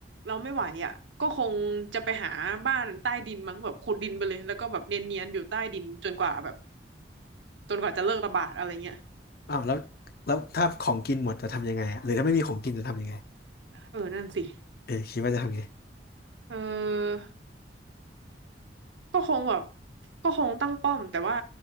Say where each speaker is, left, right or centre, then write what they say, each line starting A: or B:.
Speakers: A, on the right (about 80°); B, on the left (about 55°).
A: เราไม่ไหวอ่ะก็คงจะไปหาบ้านใต้ดินมั้งแบบขุดดินไปเลยแล้วก็แบบเนียนๆอยู่ใต้ดินจนกว่าแบบจนกว่าจะเลิกระบาดอะไรเงี้ย
B: อ้าวแล้วแล้วถ้าของกินหมดจะทำยังไงอะหรือถ้าไม่มีของกินจะทำยังไง
A: เออนั่นสิ
B: เออคิดว่าจะทำไง
A: เออก็คงแบบก็คงตั้งป้อมแต่ว่า